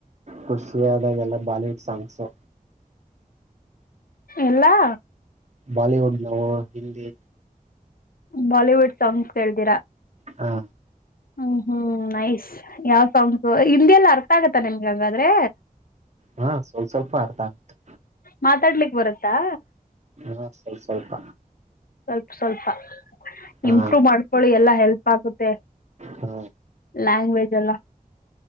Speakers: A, on the right; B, on the left.
A: ಖುಷಿಯಾಗ ಎಲ್ಲ ಬಾಲಿವುಡ್ ಸಾಂಗ್ಸು
B: ಎಲ್ಲಾ
A: ಬಾಲಿವುಡ್ ನಾವು ಹಿಂದಿ
B: ಬಾಲಿವುಡ್ ಸಾಂಗ್ಸ್ ಕೇಳ್ದಿರಾ
A: ಹಾ
B: ಹ್ಮ್ ಹ್ಮ್ ನೈಸ್ ಯಾವ್ ಸಾಂಗ್ಸು ಹಿಂದಿ ಎಲ್ಲ ಅರ್ಥ ಆಗತ್ತ ನಿಮ್ಗ ಹಂಗಾದ್ರೆ
A: ಹಾ ಸ್ವಲ್ಪ ಸ್ವಲ್ಪ ಅರ್ಥ ಆಗುತ್ತೆ
B: ಮಾತಾಡ್ಲಿಕ್ ಬರುತ್ತಾ
A: ಹಾ ಸ್ವಲ್ಪ ಸ್ವಲ್ಪ
B: ಸ್ವಲ್ಪ ಸ್ವಲ್ಪ
A: ಹಾ
B: ಇಂಪ್ರೂವ್ ಮಾಡ್ಕೊಳ್ಳಿ ಎಲ್ಲ ಹೆಲ್ಪ್ ಆಗುತ್ತೆ
A: ಹಾ
B: ಲ್ಯಾಂಗ್ವೇಜ್ ಎಲ್ಲ